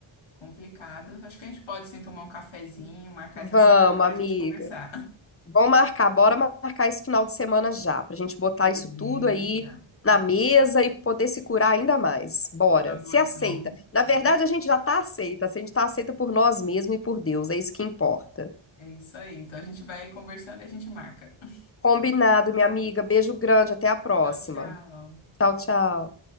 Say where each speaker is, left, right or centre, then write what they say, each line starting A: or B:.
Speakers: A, on the left (about 70°); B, on the left (about 25°).
A: complicadas. Acho que a gente pode sim tomar um cafezinho, marcar
B: Vamos,
A: essa semana para
B: amiga.
A: a gente conversar.
B: Vamos marcar, bora marcar esse final de semana já, pra gente botar
A: Beleza.
B: isso tudo aí na mesa e poder se curar ainda mais. Bora,
A: Tá bom,
B: se
A: então.
B: aceita. Na verdade, a gente já tá aceita, a gente tá aceita por nós mesmos e por Deus, é isso que importa.
A: É isso aí. Então a gente vai conversando e a gente marca. <laughs>
B: Combinado, minha amiga. Beijo grande, até a próxima.
A: Tchau, tchau.
B: Tchau, tchau.